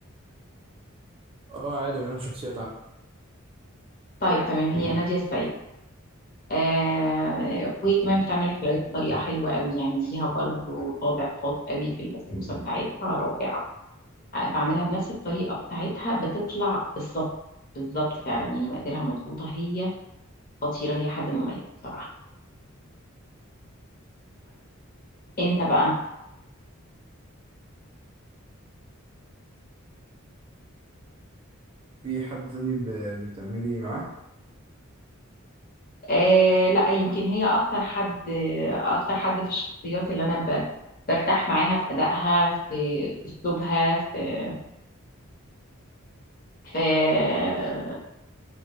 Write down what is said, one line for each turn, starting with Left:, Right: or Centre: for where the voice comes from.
Right: اه عادي ما دام شخصية تعب
Left: طيب تمام هي مم. نادية السيد آه وهي كمان بتعمل الحلويات بطريقة حلوة قوي يعني ليها برضو طابع خاص قوي في البسبوسة بتاعتها رائعة آه، بعملها بنفس الطريقة بتاعتها بتطلع بالظبط بالظبط فعلا يعني مقاديرها مظبوطة هي خطيرة هي حد مميز بصراحة انت بقى
Right: في حد تاني ب- بتعملي معاه
Left: آه لا يمكن هي اكتر حد اكتر حد في الشخصيات اللي انا ب... برتاح معاها في ادائها في اسلوبها في في